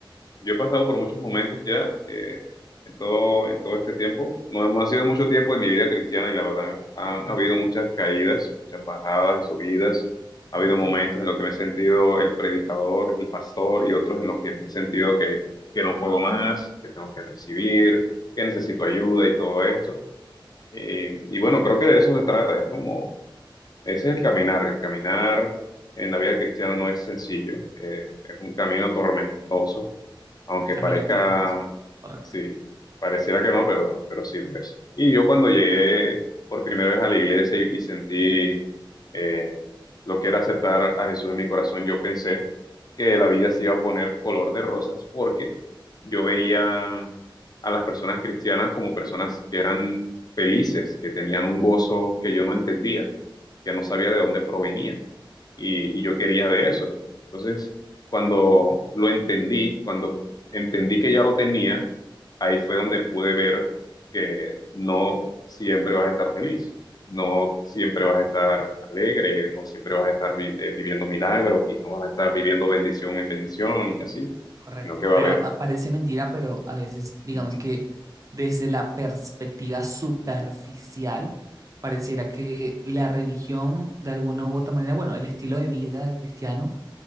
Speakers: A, on the left; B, on the right.
A: yo he pasado por muchos momentos ya eh, en todo, en todo este tiempo. No, no ha sido mucho tiempo de mi vida cristiana y la verdad han
B: Ujú,
A: habido muchas caídas, muchas bajadas y subidas. Ha habido
B: Ok.
A: momentos en los que me he sentido el predicador, el pastor y otros en los que me he sentido que, que no puedo más, que tengo que recibir, que necesito ayuda y todo esto. Y, y bueno, creo que de eso se trata. Es como, ese es el caminar. El caminar en la vida cristiana no es sencillo. Eh, es un camino tormentoso aunque
B: Camino
A: parezca,
B: tormentoso. Correcto,
A: sí, pareciera que no, pero, pero sí lo es. Y yo cuando llegué por primera vez a la iglesia y, y sentí eh, lo que era aceptar a Jesús en mi corazón, yo pensé que la vida se iba a poner color de rosas porque yo veía a las personas cristianas como personas que eran felices, que tenían un gozo que yo no entendía, que no sabía de dónde provenía y, y yo quería de eso. Entonces, cuando lo entendí, cuando entendí que ya lo tenía, ahí fue donde pude ver que no siempre vas a estar feliz, no siempre vas a estar alegre, no siempre vas a estar vi- eh, viviendo milagros y no vas a estar viviendo bendición en bendición y así,
B: correcto.
A: sino que va
B: Pero
A: a haber...
B: ah, parece mentira, pero a veces, digamos
A: Ujú.
B: que desde la perspectiva superficial, pareciera que la religión, de alguna u otra manera, bueno, el estilo de vida del cristiano,